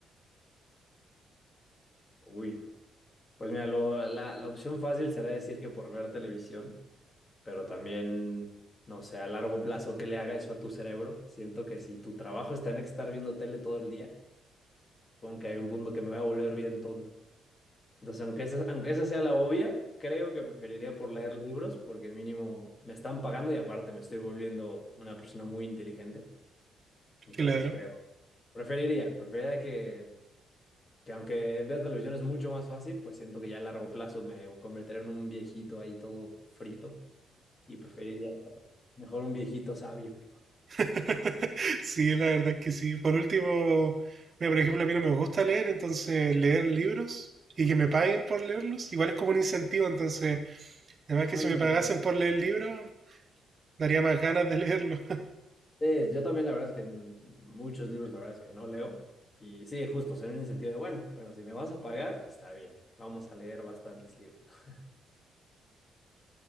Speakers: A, on the left; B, on the right.
A: Uy, pues mira, lo- la, la opción fácil será decir que por ver televisión, pero también, no sé, a largo plazo, ¿qué le haga eso a tu cerebro? Siento que si tu trabajo está en estar viendo tele todo el día, supongo que hay un punto que me voy a volver bien tonto. Entonces, aunque esa, aunque esa sea la obvia, creo que preferiría por leer libros porque mínimo me están pagando y aparte me estoy volviendo una persona muy inteligente. Entonces
B: Claro.
A: creo, preferiría, preferiría que, que aunque ver televisión es mucho más fácil, pues siento que ya a largo plazo me convertiré en un viejito ahí todo frito y preferiría ser mejor un viejito sabio.
B: <laughs> Sí, la verdad es que sí. Por último, mira, por ejemplo, a mí no me gusta leer, entonces leer libros y que me paguen por leerlos, igual es como un incentivo, entonces, además que si
A: Ándale,
B: me pagasen por leer libros, daría más ganas de leerlo.
A: Sí, yo también la verdad es que mm, muchos libros la verdad es que no leo. Y sí, justo, en un sentido de, bueno, pero si me vas a pagar, está bien. Vamos a leer bastantes libros. <laughs>